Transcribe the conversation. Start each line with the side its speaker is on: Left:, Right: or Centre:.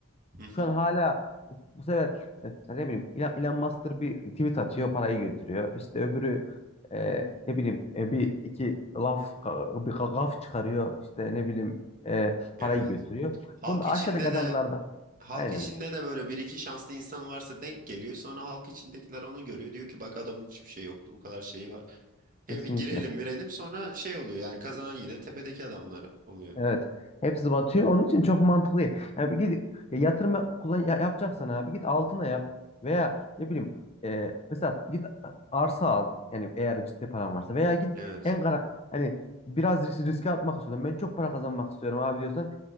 Right: Hı hı.
Left: Şu an hala e, bu sefer e, mesela ne bileyim Elon, Elon Musk'tır bir tweet atıyor parayı götürüyor. İşte öbürü e, ne bileyim e, bir iki laf ka- bir ka- gaf çıkarıyor işte ne bileyim e, parayı
Right: Evet.
Left: götürüyor.
Right: Halk
Left: Bunu
Right: içinde
Left: aşağıdaki adamlarda
Right: de halk
Left: aynen
Right: içinde de böyle bir iki şanslı insan varsa denk geliyor. Sonra halk içindekiler onu görüyor. Diyor ki bak adamın hiçbir şey yoktu bu kadar şeyi var. Hep
Left: kesinlikle.
Right: girelim girelim sonra şey oluyor yani kazanan yine tepedeki adamlar oluyor.
Left: Evet. Hepsi batıyor. Onun için çok mantıklı değil. Yani bir git ya yatırım kullan ya- yapacaksan abi git altına yap veya ne bileyim e, mesela git arsa al. Yani eğer ciddi paran varsa veya git
Right: Evet
Left: en kara hani biraz risk, riske atmak istiyorum. Ben çok para kazanmak istiyorum abi diyorsan